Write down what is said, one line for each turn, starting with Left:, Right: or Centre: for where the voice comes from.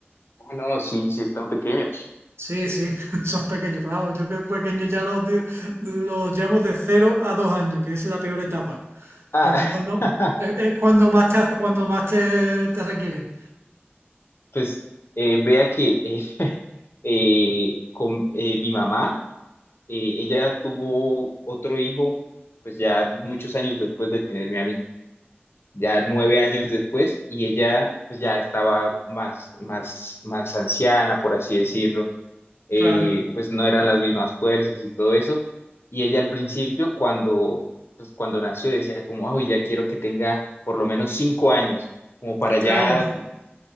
Left: Ah, no, sí, sí están pequeños.
Right: Sí, sí, <laughs> son pequeños, pero vamos, yo que pequeños ya los, di- los llamo de cero a dos años, que es la peor etapa,
Left: Ah,
Right: porque cuando,
Left: <laughs>
Right: es es cuando más te, hace- cuando más te, te requieren.
Left: pues eh, vea que eh, <laughs> eh, con eh, mi mamá, eh, ella tuvo otro hijo, pues ya muchos años después de tenerme a mí. ya nueve años después, y ella pues ya estaba más, más, más anciana, por así decirlo, eh,
Right: Claro,
Left: pues no eran las mismas fuerzas y todo eso, y ella al principio cuando, pues cuando nació decía como, uy, ya quiero que tenga por lo menos cinco años, como para ya,
Right: claro.